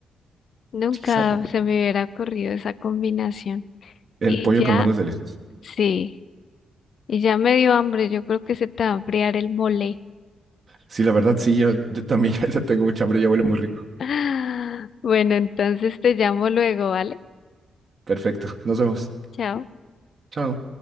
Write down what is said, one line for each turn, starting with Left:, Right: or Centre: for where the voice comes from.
Left: Nunca
Right: Sí, sa-
Left: se me hubiera ocurrido esa combinación.
Right: El
Left: Y
Right: pollo
Left: ya,
Right: con mango es delicioso.
Left: sí. Y ya me dio hambre, yo creo que se te va a enfriar el mole. <gasps>
Right: Sí, la verdad, sí, yo, yo también <laughs> ya tengo mucha hambre, ya huele muy rico.
Left: <laughs> Bueno, entonces te llamo luego, ¿vale?
Right: Perfecto, nos vemos.
Left: Chao.
Right: Chao.